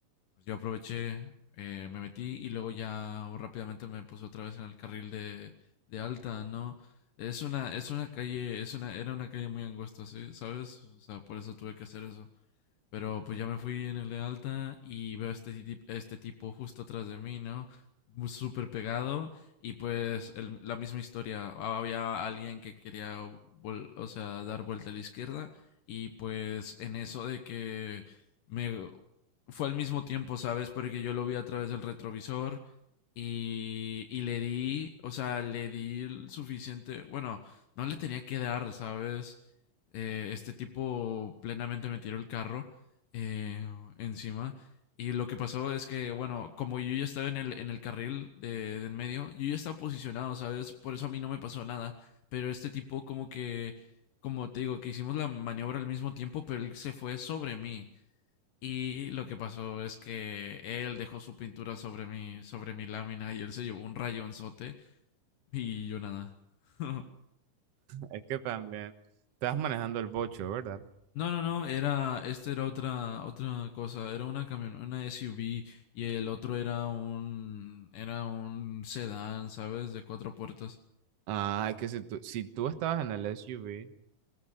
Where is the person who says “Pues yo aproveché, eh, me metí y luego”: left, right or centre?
Left